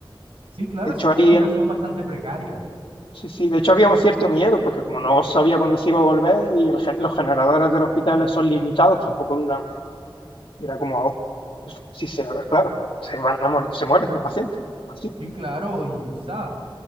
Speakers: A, on the right (about 80°); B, on the left (about 65°).
A: Sí, claro,
B: De
A: es
B: hecho,
A: una
B: ahí
A: situación
B: en
A: bastante precaria.
B: Sí, sí, de hecho había un cierto miedo, porque como no sabía cuándo se iba a volver y el gen- los generadores del hospital son limitados, tampoco duran. Y era como, oh, si se, claro, se van a morir, se mueren los pacientes. Así,
A: Sí, claro, y sa.